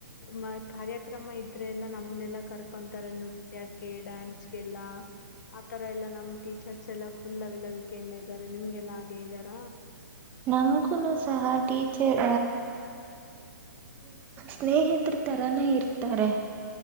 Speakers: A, on the left; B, on the right.
A: ಮ ಕಾರ್ಯಕ್ರಮ ಇದ್ರೆ ಎಲ್ಲ ನಮ್ಮನೆಲ್ಲ ಕರ್ಕೊಂತಾರೆ ನೃತ್ಯ ಕ್ಕೆ ಡ್ಯಾನ್ಸ್ ಗೆಲ್ಲಾ ಆತರ ಎಲ್ಲಾ ನಮ್ ಟೀಚರ್ಸ್ ಎಲ್ಲ ಫುಲ್ ಲವಲವಿಕೆಯಿಂದ ಇದ್ದಾರೆ ನಿಮ್ಗೆಲ್ಲಾ ಹಾಗೆ ಇದ್ದಾರ.
B: ನಮಗುನು ಸಹ ಟೀಚರ್ ಸ್ನೇಹಿತರ್ ತರಾನೇ ಇರ್ತಾರೆ.